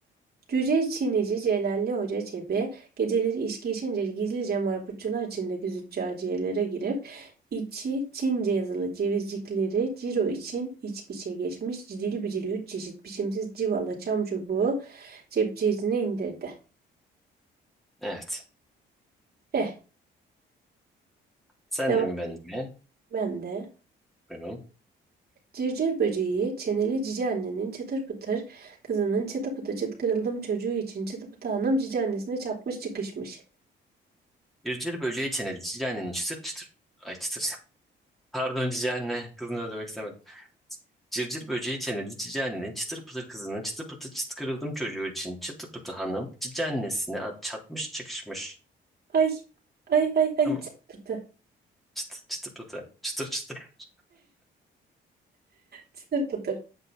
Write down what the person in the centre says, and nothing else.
Evet.
Senle
mi ben mi?
Buyurun.
Cırcır böceği çeneli cicanenin çıtır çıtır. Ay çıtır. <laughs> Pardon cicane. Kızını öldürmek istemedim. Cırcır böceği çeneli cicanenin çıtır pıtır kızının çıtı pıtı çıt kırıldım çocuğu için çıtı pıtı hanım cicanesine at çatmış çıkışmış.
Tamam.
Çıtı çıtı pıtı. Çıtır çıtır. <laughs>